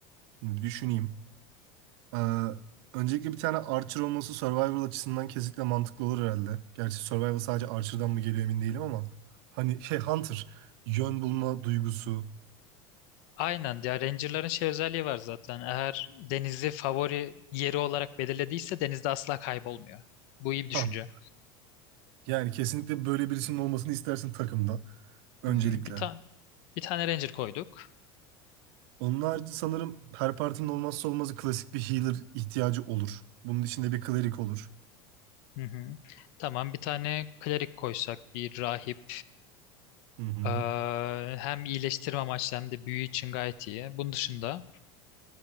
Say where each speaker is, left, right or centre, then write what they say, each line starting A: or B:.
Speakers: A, on the right; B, on the left.
A: Şimdi bir düşüneyim. Ee, öncelikle bir tane Archer olması Survivor açısından kesinlikle mantıklı olur herhalde. Gerçi Survivor sadece Archer'dan mı geliyor emin değilim ama. Hani şey Hunter, yön bulma duygusu.
B: Aynen ya Ranger'ların şey özelliği var zaten. Eğer denizi favori yeri olarak belirlediyse denizde asla kaybolmuyor. Bu iyi bir düşünce.
A: Ha, yani kesinlikle böyle birisinin olmasını istersin takımda. Öncelikle.
B: Hı hı. Bir tane bir tane Ranger koyduk.
A: Onun harici sanırım her partinin olmazsa olmazı klasik bir healer ihtiyacı olur. Bunun içinde bir cleric olur.
B: Hı hı. Tamam bir tane klerik koysak bir rahip.
A: Hı hı.
B: Ee, hem iyileştirme amaçlı hem de büyü için gayet iyi. Bunun dışında